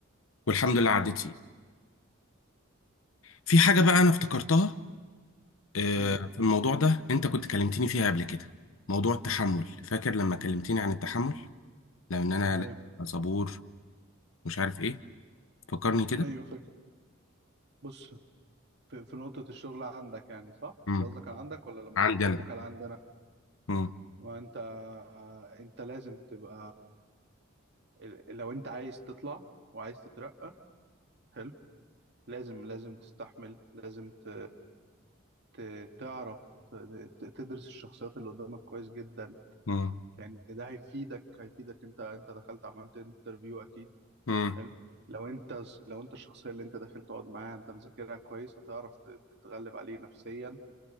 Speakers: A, on the left; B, on the right.
A: والحمد لله عديت فيه في حاجة بقى انا افتكرتها آه،
B: مم.
A: في الموضوع ده انت كنت كلمتني فيها قبل كده موضوع التحمل فاكر لما كلمتني عن التحمل لان انا
B: ايوه
A: لأ، صبور مش عارف ايه فكرني كده
B: ايوه فاكر بص في, في نقطة الشغل عندك يعني صح؟
A: مم.
B: انت قصدك على عندك ولا لما
A: عندي
B: كنت بكلمك
A: انا
B: على عندنا؟
A: مم.
B: ما انت انت لازم تبقى ال- لو انت عايز تطلع وعايز تترقى حلو لازم لازم تستحمل لازم ت... ت... تعرف ت- تدرس الشخصيات اللي قدامك كويس جدا
A: مم.
B: لان ده هيفيدك هيفيدك انت انت دخلت عملت انترفيو اكيد
A: مم.
B: حلو لو انت لو انت الشخصيه اللي انت داخل تقعد معاها انت مذاكرها كويس هتعرف ت- تتغلب عليه نفسيا